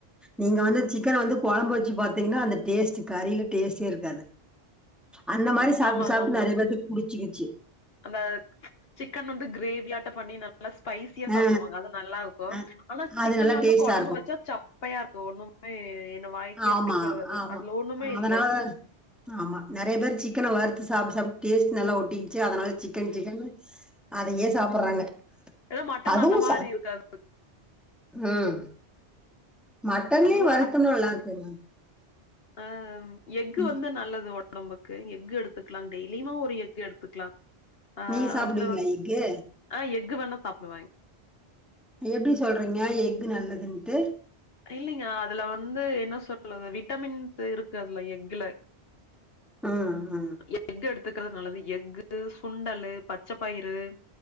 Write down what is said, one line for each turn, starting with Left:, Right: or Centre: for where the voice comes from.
Centre: நீங்க வந்து சிக்கன வந்து கொழம்பு வெச்சு பாத்தீங்கனா அந்த டேஸ்ட்டு கறில டேஸ்ட்டே இருக்காது அந்த மாரி
Left: ம்
Centre: சாப்ட்டு
Left: ஆமாங்க
Centre: சாப்ட்டு
Left: ஆமா
Centre: நெறைய பேத்துக் புடிச்சிகிச்சி
Left: அந்த சிக்கன் வந்து கிரேவியாட்டப் பண்ணி நல் நல்லா ஸ்பைசியா சாப்டுவாங்க
Centre: ஆ
Left: அது நல்லாக்கு
Centre: அ
Left: ஆனா
Centre: அது
Left: சிக்கன்ல
Centre: நல்லா
Left: வந்து
Centre: டேஸ்ட்டா
Left: கொழம்பு
Centre: இருக்கு
Left: வெச்சா சப்பையாருக்கு ஒன்னும் மே என்னு வாய்க்கே
Centre: ஆமா
Left: பிடிக்காதது
Centre: ஆமா
Left: அதுல ஒன்னுமே
Centre: அதனால
Left: இல்லை
Centre: ஆமா நெறைய பேரு சிக்கன வறுத்து சாப்ட்டு சாப் டேஸ்ட் நல்லா ஒட்டிகிச்சி அதனால சிக்கன் சிக்கன்னு அதையே சாப்பர்றாங்க
Left: ஏதோ மட்டன்
Centre: அதுவு
Left: அந்த மாரி
Centre: ச
Left: இருக்காது
Centre: ம் மட்டன்லியே
Left: அதுவு
Centre: வறுத்தம் நல்லாருக்குங்க
Left: அ எஃகு
Centre: ம்
Left: வந்து நல்லது ஒடம்புக்கு எஃகு எடுத்துக்லாங் டெய்லியுமா ஒரு எஃகு எடுத்துக்லா ஆ
Centre: நீங்க சாப்டுவீங்களா
Left: அதுல வந்
Centre: எக்கு
Left: அ எஃகு வேணா சாப்டுவாய்ங்
Centre: எப்டி சொல்றீங்க எஃகு நல்லதுன்ட்டு
Left: இல்லிங்க அதுல வந்து என்ன சொல்லது விட்டமின்ஸு இருக்கு அதுல எஃக்குல
Centre: ம் ம்
Left: எஃகு எடுத்துகிறது நல்லது எஃகு சுண்டலு பச்சப்பயிறு